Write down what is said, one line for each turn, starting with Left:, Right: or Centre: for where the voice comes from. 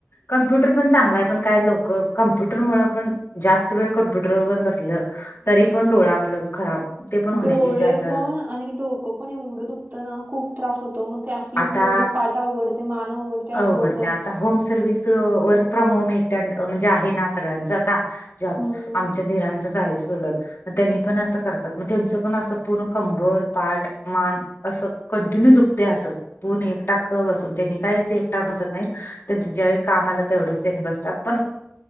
Left: कम्प्युटर पण चांगला आहे. पण काय लोक कम्प्युटर मुळ पण जास्त वेळ कम्प्युटर व बसलं तरी पण डोळा आपलं खराब ते पण होण्याचे
Right: डोळे
Left: चान्स
Right: पण आणि डोकं पण एवढं दुखतं ना खूप त्रास होतो. मग ते आपली
Left: आता
Right: पूर्ण. पाठ अवघडते मान अवघडते. असं
Left: अवघडते.
Right: होतं
Left: आता home service work from home एकट्या म्हणजे आहे. ना सगळ्यांच आता जॉब
Right: हम्म
Left: आमच्या दिरांचाच आहे. चुलत मग त्यांनी पण असं करतात. मग त्यांचं पण असं पूर्ण कंबर पाठ मान असं कंटिन्यू दुखते. अस पण एक टाक बसून त्यांनी काही असं एकटाक बसत नाहीत. त्यांच ज्यावेळी काम आलं तेवढंच त्यांनी बसतात. पण